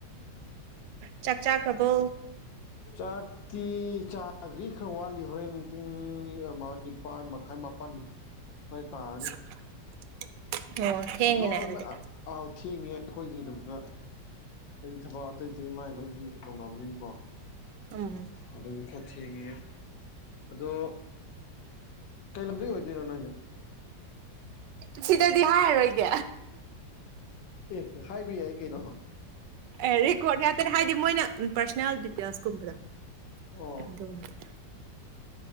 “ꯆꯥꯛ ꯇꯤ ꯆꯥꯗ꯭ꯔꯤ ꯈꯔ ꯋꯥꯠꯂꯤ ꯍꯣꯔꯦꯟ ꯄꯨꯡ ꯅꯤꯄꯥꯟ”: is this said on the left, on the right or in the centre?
Left